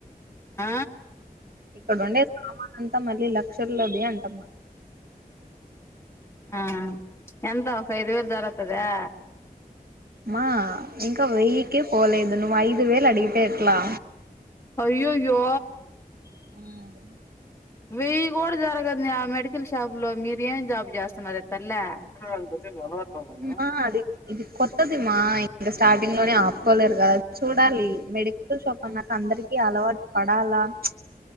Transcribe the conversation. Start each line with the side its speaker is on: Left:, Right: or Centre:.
Left: ఆ
Right: ఇక్కడు ఉండే సామాన్ అంతా మళ్ళీ లక్షల్లోది అంటన్నా
Left: ఆ ఎంత ఒక ఐదు వేలు జరత్తాద్యా
Right: మా ఇంకా వెయ్యికే పోలేదు నువ్వు ఐదు వేలు అడిగితే ఎట్లా?
Left: అయ్యోయ్యో
Right: ఉమ్
Left: వెయ్యి కూడా జరగదని ఆ మెడికల్ షాప్ లో మీరు ఏం జాబ్ చేస్తున్నారే తల్ల? వదలత్నావ్ కదా
Right: మా అది ఇది కొత్తదిమ్మా ఇంకా స్టార్టింగ్ లోనే ఆపుకోలేరు కదా చూడాలి, మెడికల్ షాప్ అన్నాక అందరికి అలవాటు పడాలా ప్చ్